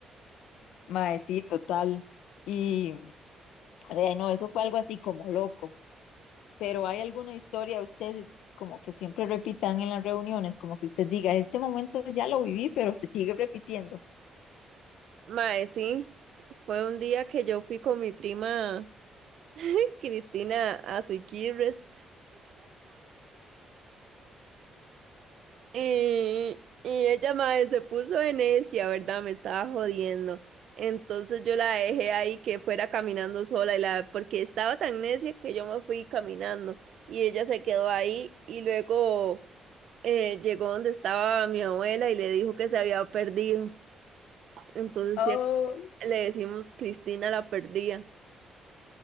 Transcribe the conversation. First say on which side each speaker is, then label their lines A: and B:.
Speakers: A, on the left; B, on the right.
A: Mae, sí, total. Y de ahí no, eso fue algo así como loco. Pero ¿hay alguna historia usted como que siempre repitan en las reuniones, como que usted diga, este momento ya lo viví, pero se sigue repitiendo?
B: mae, sí. Fue un día que yo fui con mi prima <laughs> Cristina a Siquirres Y, y ella mae, se puso de necia, ¿verdad? Me estaba jodiendo. Entonces yo la dejé ahí que fuera caminando sola y la, porque estaba tan necia que yo me fui caminando y ella se quedó ahí y luego eh, llegó donde estaba mi abuela y le dijo que se había perdido. Entonces
A: Ay,
B: sí, le decimos Cristina la perdía.